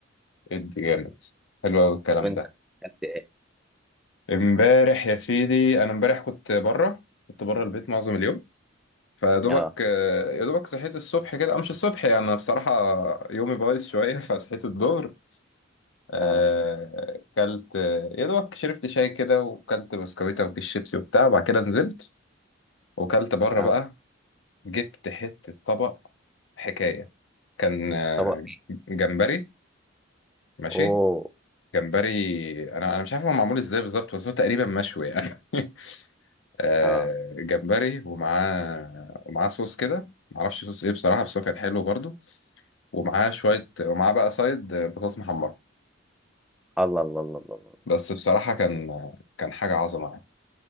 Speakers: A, on the left; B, in the centre.
A: ادي جامد حلو قوي الكلام
B: وانت
A: ده
B: اكلت ايه
A: امبارح يا سيدي انا امبارح كنت بره كنت بره البيت معظم اليوم فيدوبك
B: اه
A: آه، يا دوبك صحيت الصبح كده أو مش الصبح يعني انا بصراحة يومي بايظ شوية <laughs> فصحيت الظهر آه،
B: اه
A: كلت آه، يا دوبك شربت شاي كده وكلت بسكويتة وكيس شيبسي وبتاع وبعد كده نزلت وكلت بره
B: اه
A: بقى جبت حتة طبق حكاية كان آه،
B: طبق
A: جمبري ماشي
B: اوه
A: جمبري انا انا مش عارف هو معمول ازاي بالظبط بس هو تقريبا مشوي يعني <laughs> آه،
B: اه
A: جمبري ومعاه ومعاه صوص كده معرفش صوص ايه بصراحة بس هو كان حلو برضو ومعاه شوية ومعاه بقى سايد آه، بطاطس محمرة
B: الله الله الله الله الله.
A: بس بصراحة كان آه، كان حاجة عظمة يعني